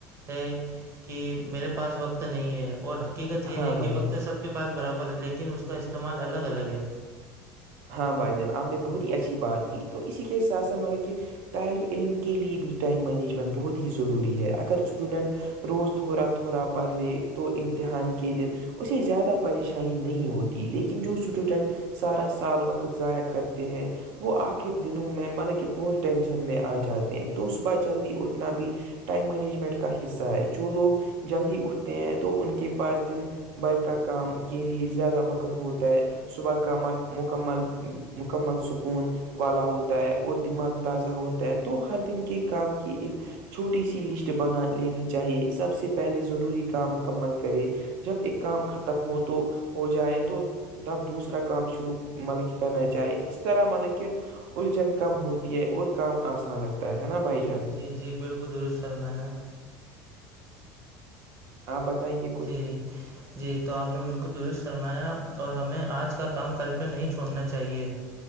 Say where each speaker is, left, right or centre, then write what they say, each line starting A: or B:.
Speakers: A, on the right; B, on the right.
A: ہے کہ میرے پاس وقت نہیں ہے اور حق حقیقت یہ
B: ہاں
A: ہے
B: بھائی
A: کہ وقت
B: جان
A: تو سب کے پاس برابر ہے لیکن اس کا استعمال الگ الگ ہے
B: ہاں بھائی جان آپ نے
A: جی
B: بہت ہی اچھی بات کی تو اسی کے ساتھ ساتھ مطلب کہ طالب علم کے لیے بھی ٹائم مینجمنٹ بہت ہی ضروری ہے اگر اسٹوڈنٹ روز تھورا تھورا پرلے تو امتحان کے دن اسے زیادہ پریشانی نہیں ہوتی لیکن جو اسٹوڈنٹ سارا سال وقت ضائع کرتے ہیں وہ آخر دنوں میں مطلب کہ بہت ٹینشن میں آ جاتے ہیں تو صبح جلدی اٹھنا بھی ٹائم مینجمنٹ کا حصہ ہے جو لوگ جلدی اٹھتے ہیں تو ان کے پاس دن بر کا کام کے لیے زیادہ وقت ہوتا ہے صبح مکمل مکمل مکمل سکون والا ہوتا ہے اور دماغ تازہ ہوتا ہے تو ہر دن کے کام کی ایک چھوٹی سی لسٹ بنا لینی چاہیے سب سے پہلے ضروری کام مکمل کرے جب ایک کام ختم ہو تو ہو جائے تو تب دوسرا اس طرح کام شروع مطلب کہ کرنا چاہے اس طرح مطلب کہ الجن کم ہوتی ہے اور کام آسان لگتا ہے نا بھائی جان
A: جی جی بالکل درست فرمایا
B: آپ بتائیے کچھ
A: جی جی تو آپ نے بالکل درست فرمایا اور ہمیں آج کا کام کل پہ نہیں چھوڑنا چاہیے